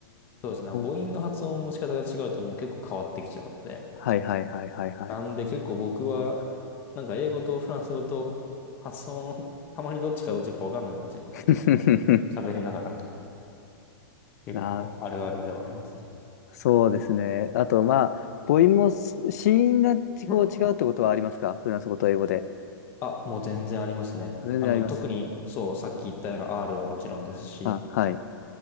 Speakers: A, on the left; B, on the left.
A: そうですね。母音の発音の仕方が違うともう結構変わってきちゃうので。
B: ー。はいはいはいはいはい。
A: なんで結構僕は、なんか英語とフランス語と発音、たまにどっちかどっちかわかんなくなっちゃいますね。
B: <laughs>
A: <laughs> 喋りながら。結構あるあるではありますね。
B: あー、そうですね。あと、まあ、母音もす子音がこう違うってことはありますかフランス語と英語で。
A: うんあ、もう全然ありますね。
B: 全然あります。
A: あの、特に、そう、さっき言ったような R はもちろんですし、
B: あ、はい。